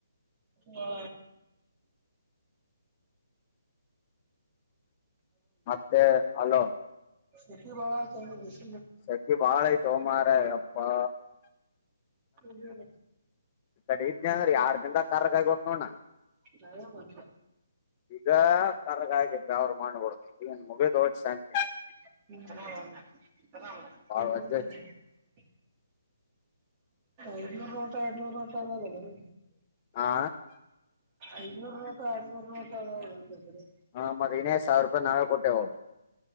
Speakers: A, on the right; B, on the left.
A: ಹಾ.
B: ಮತ್ತೆ ಹಲೋ.
A: ಸಕ್ಕಿ ಬ <unintelligible>
B: ಸಕ್ಕಿ ಬಾಳೆ ತೋಮಾರ ಅಪ್ಪಾ.
A: <unintelligible>
B: ಕಡೆ ಇದೆ ಅಂದ್ರ ಯಾರ್ ದಿಂದ ಕರ ಕಾಯಿ ಕೊಟ್ಟ ನೋಣ.
A: ನರ ಮಾತ್ರ.
B: ಈಗ ಕರ್ಗ ಆಗಿದ್ರ ಅವ್ರು ಮಾಡ್ಬಡ ಈನ್ ಮುಗದ್ ಹೋದ ಶಾಂತಿ.
A: <unintelligible>
B: ಬಾಳ ವಜ್ಜ ಐತಿ
A: ಐ್ನೂರು ರೋಟ ಎರಡ್ನೂರು ರೋಟ ಅದಲ್ಲದರೀ.
B: ಹಾ.
A: ಐದನೂರ್ ನೋಟ ಅರ್ನೂರ್ ನೋಟ ಅ ಒ್ರರಿ.
B: ಹ ಮತ್ತ ಇಿನೈದ್ ಸಾವಿರ ನಾವೇ ಕೊಟ್ಟೇಹೂ.